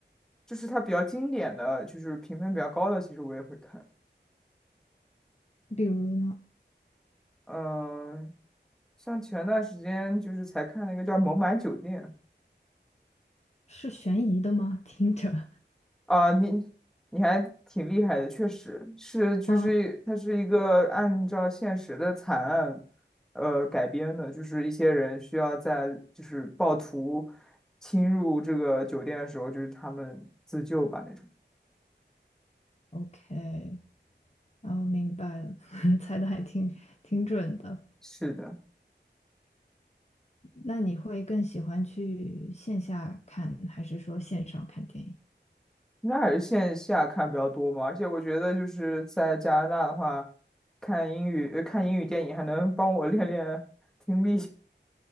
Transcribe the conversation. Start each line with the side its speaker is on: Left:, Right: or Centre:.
Centre: 就是它比较经典的，就是评分比较高的，其实我也会看。
Left: 比如呢，
Centre: 嗯，像前段时间就是才看那个叫《孟买酒店》，
Left: 是悬疑的吗？听着
Centre: 啊，你你还挺厉害的，确实是，
Left: <laughs>
Centre: 就是它是一个按照现实的惨案，
Left: 啊
Centre: 呃，改编的，就是一些人需要在就是暴徒侵入这个酒店的时候，就是他们自救吧那种。
Left: ，OK。哦，明白了，<laughs> 猜的还挺挺准的。
Centre: 是的，
Left: 那你会更喜欢去线下看，还是说线上看电影
Centre: 应该还是线下看比较多嘛，而且我觉得就是在加拿大的话，看英语，呃看英语电影还能帮我练练听力。